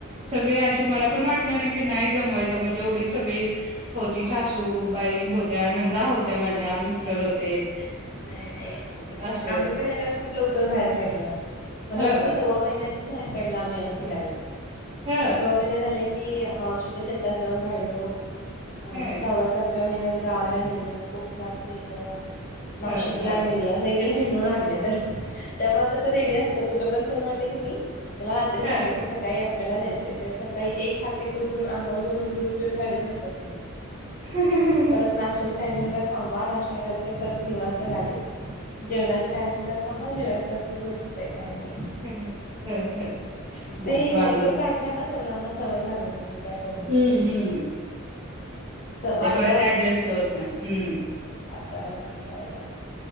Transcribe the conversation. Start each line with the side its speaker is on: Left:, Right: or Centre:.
Right: सगळी आलती. मला पण वाटल नाही की नाही दमवायच म्हणजे एवढी सगळी होती सासू बाईन होत्या नंदा होत्या माझ्या मिस्टर होत ते
Left: नाय नाय नाय
Right: असं
Left: आम्ही पण याला खूप लवकर बाहेर काढलाय मला
Right: ह
Left: वाटत सव्वा महिन्यातच बाहेर काढला आम्ही आला फिरायला.
Right: ह
Left: सव्वा महिना झाला की मावशी शेतात जाऊन राहिलो. अ
Right: हं,
Left: सहव्या सात किया महिन्यात गावाला नेलं कोकणात नेलं. नाशिक.
Right: हं,
Left: तिला
Right: हं.
Left: न्यायला जाईल. इकडे हिडून आणल त्याला. त्यामुळे आता तर रेडी असतं कुठं पण चल म्हटलं की नाही. त्याला रात्री
Right: हं.
Left: सांगायचं सकाळी आप. आपल्याला जायचे ते सकाळी एक हाकेट उठून आंघोळ करून दूध पिऊन गाडीत बसत.
Right: हं,
Left: परत नाश्त्याची टायमिंग का थांब. जेव्हा नाश्ता करते परत निवांत. गाडीत जेवणाचा टायमिंग ला. त्यामुळे जेवण करत झोपतेंय काही नाही.
Right: हम्म हम्म हम्म
Left: ते
Right: मग माझं.
Left: लवकर काढलंय ना त्याला मग सवय लागून जाते. काय प्रॉब्लेम
Right: हम्म
Left: नाही आहे.
Right: हम्म
Left: स वातावरणाची
Right: ते परत ऍडजेस्ट होत नाही हम्म.
Left: त्यामुळे त्याला.